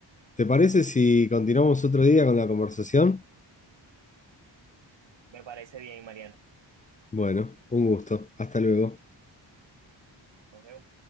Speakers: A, on the left; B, on the right.
A: ¿te parece si continuamos otro día con la conversación?
B: Me parece bien, Mariana.
A: Bueno, un gusto. Hasta luego.
B: Nos vemos.